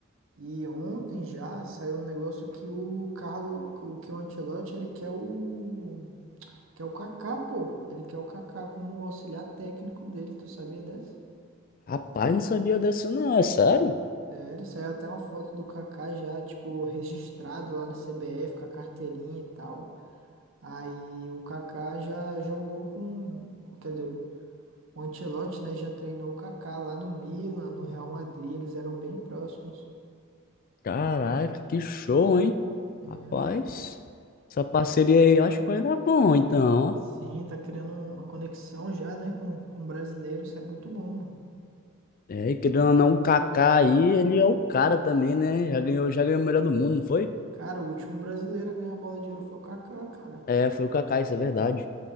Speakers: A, on the right; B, on the left.
A: E ontem já saiu um negócio que o Carlo, o que o Ancelotti, ele quer o quer o Kaká, pô. Ele quer o Kaká como auxiliar técnico dele, tu sabia dessa?
B: Rapaz, não sabia dessa, não, é sério?
A: Sério, saiu até uma foto do Kaká já, tipo, registrado lá na CBF com a carteirinha e tal. Aí o Kaká já jogou com, quer dizer, o Ancelotti, né, já treinou o Kaká lá no Milan, no Real Madrid, eles eram bem próximos.
B: Caraca, que show, hein?
A: É,
B: Rapaz,
A: um
B: essa parceria aí, eu acho que vai dar bom, então,
A: Sim,
B: ó.
A: tá criando um, uma conexão já, né, com, com o brasileiro, isso é muito bom, mano.
B: É, e querendo ou não, o Kaká aí, ele é o cara também, né? Já ganhou, já ganhou o melhor do mundo, não foi?
A: Cara, o último brasileiro a ganhar a bola de ouro foi o Kaká, cara.
B: É, foi o Kaká, isso é verdade.